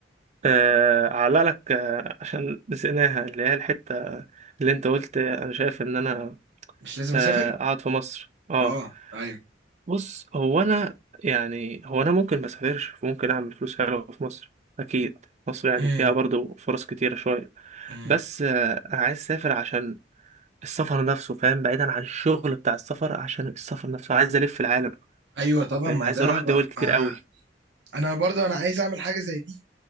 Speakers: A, on the right; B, on the right.
A: آه علق لك آه عشان نسيناها اللي هي الحتة اللي انت قلت انا شايف ان انا
B: مش لازم
A: آه،
B: اسافر
A: قاعد في مصر اه
B: اه ايوه
A: بص هو انا يعني هو انا ممكن ما اسافرش ممكن اعمل فلوس حلوه في مصر اكيد مصر يعني
B: مم.
A: فيها برضو فرص كتيره شويه
B: مم.
A: بس آه، انا عايز اسافر عشان السفر نفسه فاهم بعيدا عن الشغل بتاع السفر عشان السفر نفسه عايز الف العالم
B: ايوه طبعا
A: يعني
B: ما
A: عايز
B: ده
A: اروح
B: ب...
A: دول كتير
B: آه.
A: قوي
B: انا برضو انا عايز اعمل حاجه زي دي